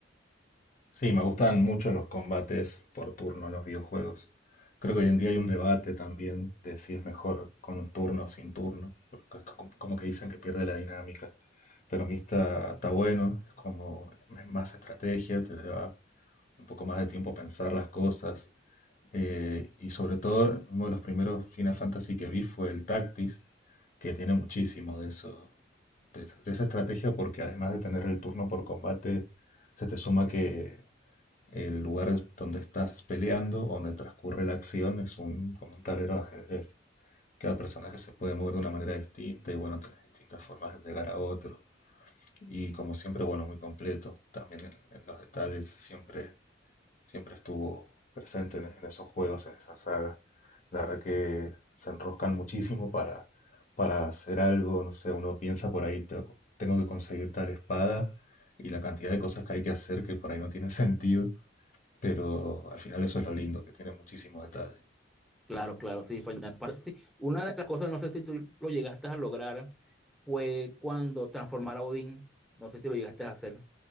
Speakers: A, on the left (about 40°); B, in the centre.
A: Sí, me gustan mucho los combates por turno en los videojuegos. Creo que hoy en día hay un debate también de si es mejor con un turno o sin turno, porque es co- como que dicen que pierde la dinámica. Pero a mí está, está bueno, es como es más estrategia, te lleva un poco más de tiempo pensar las cosas Eh, y sobre todo, uno de los primeros Final Fantasy que vi fue el Tactics, que tiene muchísimo de eso, de, de esa estrategia, porque además de tener el turno por combate, se te suma que el lugar donde estás peleando, donde transcurre la acción, es un, como un tablero de ajedrez. Cada personaje se puede mover de una manera distinta y bueno, tenés distintas formas de llegar a otro. Y como siempre, bueno, muy completo. También en, en los detalles siempre siempre estuvo presente en, en esos juegos, en esa saga. La verdad que se enroscan muchísimo para, para hacer algo, no sé, uno piensa por ahí, "Te- tengo que conseguir tal espada y la cantidad de cosas que hay que hacer que por ahí no tiene <laughs> sentido, pero al final eso es lo lindo, que tiene muchísimo detalle.
B: Claro, claro, sí, Final Fantasy. Una de las cosas, no sé si tú lo llegaste a lograr, fue cuando transformar a Odín, no sé si lo llegaste a hacer.